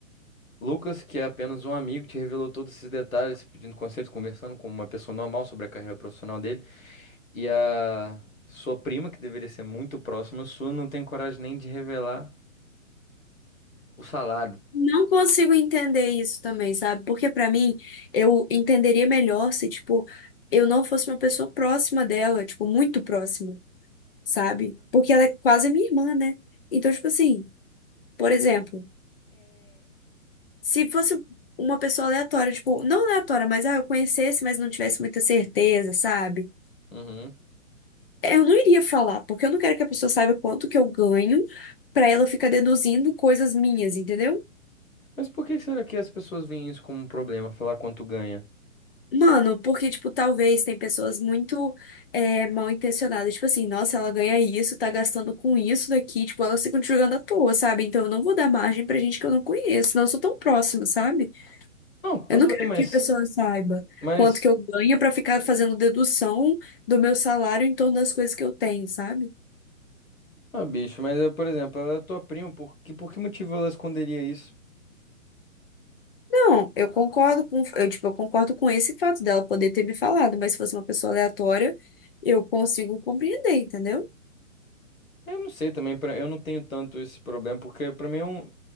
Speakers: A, on the left (about 75°); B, on the left (about 40°).
A: Lucas, que é apenas um amigo, te revelou todos esses detalhes, pedindo conselhos, conversando como uma pessoa normal sobre a carreira profissional dele. E a sua prima, que deveria ser muito próxima sua, não tem coragem nem de revelar o salário.
B: não consigo entender isso também, sabe? Porque pra mim, eu entenderia melhor se, tipo, eu não fosse uma pessoa próxima dela, tipo, muito próxima, sabe? Porque ela é quase minha irmã, né? Então, tipo assim, por exemplo, Se fosse uma pessoa aleatória, tipo, não aleatória, mas ah, eu conhecesse, mas não tivesse muita certeza, sabe?
A: Uhum.
B: Eu não iria falar, porque eu não quero que a pessoa saiba quanto que eu ganho pra ela ficar deduzindo coisas minhas, entendeu?
A: Mas por que será que as pessoas veem isso como um problema, falar quanto ganha?
B: Mano, porque, tipo, talvez tem pessoas muito é, mal intencionadas, tipo assim, nossa, ela ganha isso, tá gastando com isso daqui, tipo, elas ficam te jogando à toa, sabe? Então eu não vou dar margem pra gente que eu não conheço, não sou tão próxima, sabe?
A: Não, tá
B: Eu
A: tudo
B: não quero
A: bem, mas,
B: que a pessoa saiba
A: mas,
B: quanto que eu ganho pra ficar fazendo dedução do meu salário em torno das coisas que eu tenho, sabe?
A: ah, bicho, mas é, por exemplo, ela é tua prima, por que, por que motivo ela esconderia isso?
B: Não, eu concordo com, eu, tipo, eu concordo com esse fato dela poder ter me falado, mas se fosse uma pessoa aleatória, eu consigo compreender, entendeu?
A: Eu não sei também, pra- eu não tenho tanto esse problema, porque pra mim é um,